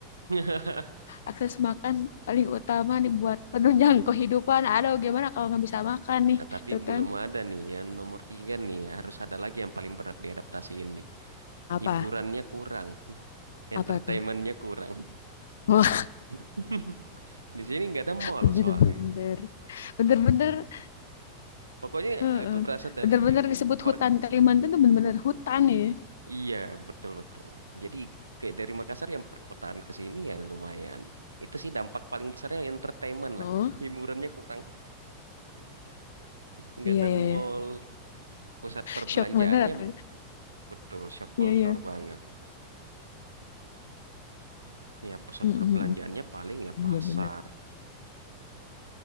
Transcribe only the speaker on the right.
<laughs>
Nah, tapi
belum
ada nih yang nomor tiga nih. Harus ada lagi yang paling berat diadaptasi ini.
Hiburannya kurang, <laughs> entertainmentnya
kurang.
<laughs> Di sini nggak ada mall
soalnya.
Pokoknya
aku berasal dari
per
iya betul betul. Jadi kayak dari Makassar yang perkotaan ke sini ya lumayan. Itu sih dampak paling besarnya entertainment
lah. Hiburannya kurang, nggak
ada
mall,
pusat perbelanjaannya
betul shock
culture
banget. Ya pusat
perbelanjaannya paling ya
pasar.